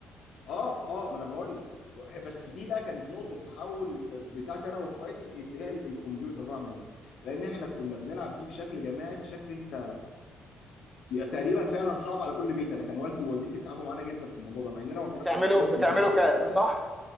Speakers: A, on the left; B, in the centre.
A: اه اه ما انا بقول لك وح- بس دي بقى كانت نقطه التحول بتاعتي انا واخواتي اتجاه الكمبيوتر بقى عموما لان احنا كنا بنلعب دي بشكل جماعي بشكل انت تقريبا فعلا صعب على كل بيت انا كان والدي ووالدتي بيتعبوا معانا جدا في الموضوع ده مع اننا ما كناش
B: بتعملوا
A: مقصرين في
B: بتعملوا
A: المذاكره
B: كاس
A: يعني فاهم
B: صح؟